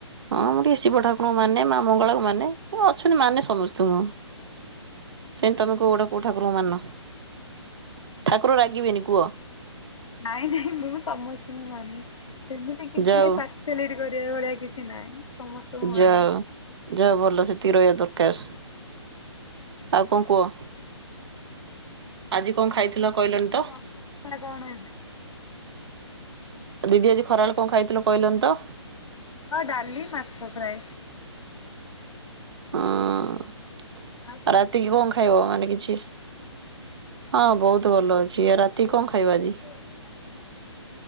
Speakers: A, on the right; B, on the left.
A: ହଁ ମୁଁ ଟିକେ ଶିବ ଠାକୁରଙ୍କୁ ମାନେ, ମା ମଙ୍ଗଳାଙ୍କୁ ମାନେ ଅଛନ୍ତି ମାନେ ସମସ୍ତଙ୍କୁ। ସେମିତି ତମେ କେଉଁ ଗୋଡ଼େ କେଉଁଠାକୁତାଙ୍କୁ ମାନ? ଠାକୁର ରାଗିବେନି କୁହ।
B: ନାଇଁ ନାଇଁ ମୁଁ ସମସ୍ତଙ୍କୁ ମାନେ। ସେମିତି କିଛି
A: ଯାଉ
B: ନାଇଁ ପାର୍ସିଆଲିଟୀ କରିବା ଭଳିଆ କିଛି ନାହିଁ। ସମସ୍ତଙ୍କୁ
A: ଯାଅ
B: ମାନେ।
A: ଯାହୋଉ ଭାଲ । ରହିବା ଦରକାର ଆଉ କଣ କୁହ? ଆଜି କଣ ଖାଇଥିଲ କହିଲନି
B: ଦେହର
A: ତ?
B: ଅବସ୍ଥା କଣ ଏବେ
A: ଦିଦି ଆଜି ଖରାବେଳେ କଣ ଖାଇଥିଲ କହିଲନି ତ?
B: ଭାତ ଡାଲି ମାଛ ଫ୍ରାଏ?
A: ହୁଁ
B: ଆଉ ତମେ
A: ରାତିକି କଣ ଖାଇବ ମାନେ କିଛି ହଁ ବହୁତ ଭଲ ଅଛି। ରାତି
B: ଆଉ
A: କଣ
B: ଏକ୍ସରସାଇଜ
A: ଖାଇବ ଆଜି?
B: କରୁଛ ନାଇ?